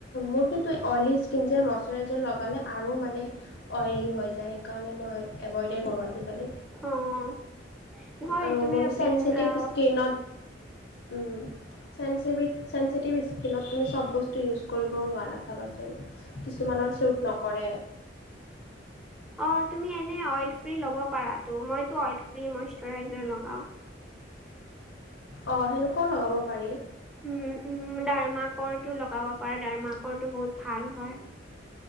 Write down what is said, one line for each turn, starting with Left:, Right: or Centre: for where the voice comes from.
Left: মোৰ কিন্তু অইলি স্কিন যে ময়েশ্চাৰাইজাৰটো লগালে আৰু মানে অইলি হৈ যায়, সেইকাৰণে মই এভইডেই কৰোঁ আজিকালি।
Centre: অ' নহয়
Left: আৰু
Centre: তুমি
Left: মোৰ চেঞ্চিটিভ
Centre: বিন অ
Left: স্কিনত উম, চেঞ্চিভিত চেঞ্চিটিভ স্কিনত তুমি চ'ব বস্তু ইউজ কৰিব নোৱাৰা চাবাচোন, কিছুমানৰ ছুট নকৰে।
Centre: অ' তুমি এনে অইল ফ্ৰী লব পাৰাটো, মইতো অইল ফ্ৰি ময়েশ্চাৰাইজাৰ লগাও।
Left: অ' সেনেকুৱাও লগাব পাৰি।
Centre: উম উম, ডাৰ্মা কো টো লগাব পাৰা, ডাৰ্মা কো বহুত ভাল হয়।